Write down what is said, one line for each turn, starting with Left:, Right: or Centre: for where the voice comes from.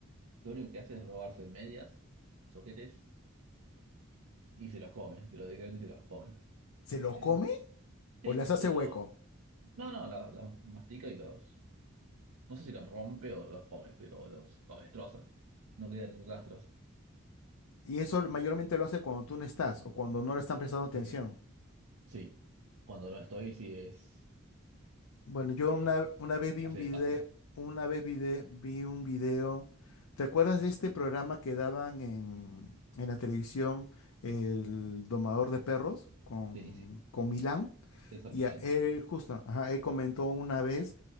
Right: lo único que hace es robarse medias, soquetes Y se los come, pero directamente se los come.
Left: se
Right: Eh,
Left: los come o
Right: sí,
Left: les hace
Right: se
Left: hueco.
Right: lo. No, no, los, los mastica y los. No sé si los rompe o los come, pero los, los destroza. No quedan ni rastros.
Left: Y eso mayormente lo hace cuando tú no estás o cuando no le están prestando atención.
Right: Sí, sí. Cuando no estoy, sí es.
Left: Bueno, yo
Right: eh,
Left: una, una vez vi
Right: hace
Left: un video,
Right: desastre.
Left: una vez vide- vi un video. ¿Te acuerdas de este programa que daban en, en la televisión, El Domador de Perros, con,
Right: Sí, sí.
Left: con Milán?
Right: Es Millán.
Left: Y a- él justo, ajá, él comentó una vez